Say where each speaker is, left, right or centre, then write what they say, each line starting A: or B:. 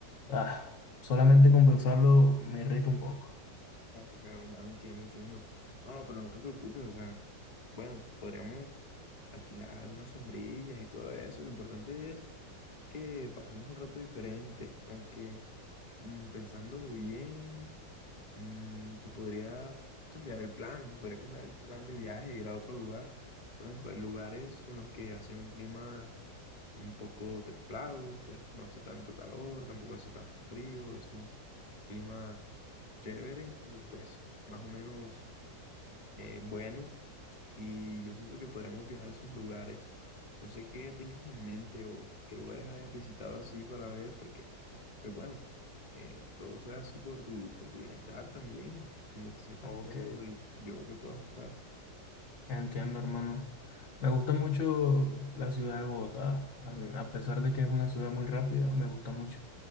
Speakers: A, on the left; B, on the left.
A: ah, solamente compensarlo me irrita un poco.
B: Claro, claro, hermano, entiendo, entiendo. No, pero no te preocupes, o sea, bueno, podríamos alquilar unas sombrillas y todo eso, lo importante es que pasemos un rato diferente, aunque mm, pensándolo bien, mm, se podría cambiar el plan, se podría cambiar el plan de viaje, ir a otro lugar. Por ejemplo, hay lugares en los que hace un clima un poco templado, pues no hace tanto calor, tampoco hace tanto frío, es un clima chévere, u- pues más o menos eh, bueno y yo siento que podríamos viajar a esos lugares. No sé qué tengas en mente o qué lugares hayas visitado así para ver, porque, pues bueno, eh, todo sea así por tu, por tu bienestar también, como te sientas
A: Ok,
B: cómodo y yo me puedo ajustar.
A: entiendo, hermano. Me gusta mucho la ciudad de Bogotá, a a pesar de que es una ciudad muy rápida, me gusta mucho